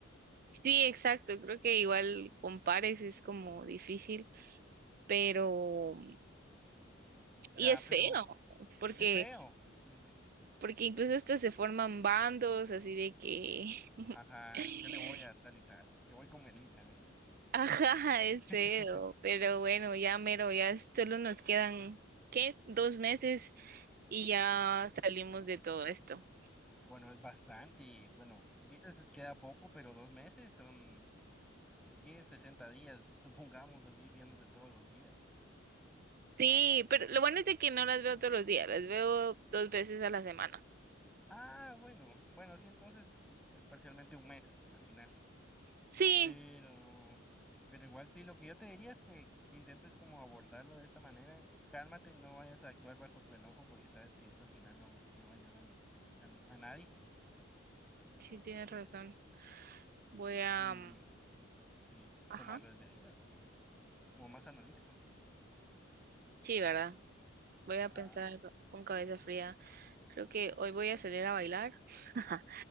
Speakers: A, on the right; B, in the centre.
A: sí, exacto. Creo que igual con pares es como difícil, pero
B: Ya,
A: y es
B: pero
A: feo, porque
B: es feo. Ujú.
A: porque incluso hasta se forman bandos así de que
B: Ajá,
A: <laughs>
B: yo le voy a tal y tal. Yo voy como Elisa. eh.
A: ajá, es
B: <laughs>
A: feo, pero bueno, ya mero, ya solo nos quedan ¿qué? Dos meses y ya salimos
B: Wow.
A: de todo esto.
B: Bueno, es bastante. Bueno, dices que queda poco, pero dos meses son ¿qué? 60 días, supongamos, así viéndose todos los días.
A: Sí, pero lo bueno es de que no las veo todos los días, las veo dos veces a la semana.
B: Ah, bueno, bueno, sí, entonces es parcialmente un mes al final.
A: Sí,
B: Pero, pero igual sí, lo que yo te diría es que intentes como abordarlo de esta manera. Cálmate, no vayas a actuar bajo tu enojo porque sabes que eso al final no, no ayuda en- en- a, nadie
A: sí, tienes razón. Voy a...
B: y,
A: mm,
B: y
A: Ajá.
B: tomarlo desde ahí, ¿verdad? Como más analítico.
A: Sí, ¿verdad? Voy
B: Ajá,
A: a pensar con cabeza fría. Creo que hoy voy a salir a bailar <laughs>